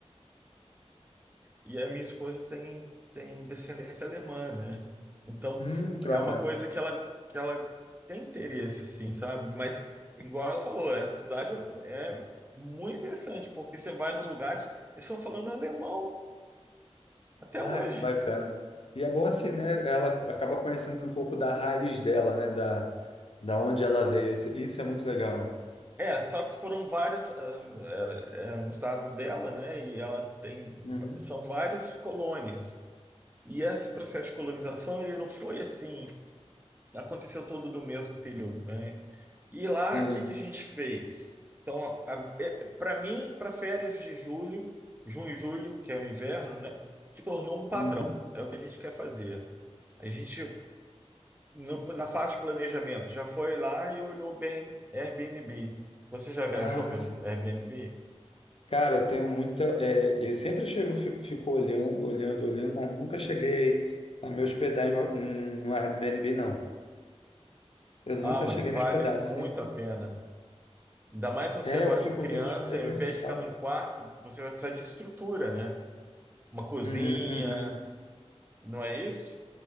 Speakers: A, on the right; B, on the left.
A: E a minha esposa tem, tem descendência alemã, né? Então,
B: Hum, que
A: é
B: bacana.
A: uma coisa que ela, que ela tem interesse, sim, sabe? Mas, igual ela falou, essa cidade é muito interessante, porque você vai nos lugares, eles estão falando alemão até
B: Ah,
A: hoje.
B: que bacana. E é bom assim, né? Ela acaba conhecendo um pouco da raiz dela, né? Da, da onde ela veio. Esse- Isso é muito legal.
A: É, só que foram várias, ah, era- é, no estado dela, né? E ela tem,
B: Uhum.
A: são várias colônias. E esse processo de colonização, ele não foi assim aconteceu todo no mesmo período, né? E lá,
B: Sim.
A: o que que a gente fez? Então, para mim, para férias de julho, junho e julho, que é o inverno, né? Se tornou um padrão.
B: Uhum.
A: É o que a gente quer fazer. A gente, no- na fase de planejamento, já foi lá e olhou o Bern- Airbnb. Você já viajou
B: Ah,
A: pelo
B: sim.
A: Airbnb?
B: Cara, eu tenho muita. é, eu sempre chego, fico, fico olhando, olhando, olhando, mas nunca cheguei a me hospedar em, em, no Airbnb, não. Eu nunca
A: Ah, mas
B: cheguei
A: vale
B: a me hospedar.
A: muito
B: Sempre.
A: a pena. Ainda mais você
B: É,
A: agora
B: eu fico
A: com criança,
B: vendo os preços
A: ao invés
B: e
A: de
B: tal.
A: ficar num quarto, você vai precisar de estrutura, né? Uma cozinha,
B: Uhum, uhum.
A: não é isso?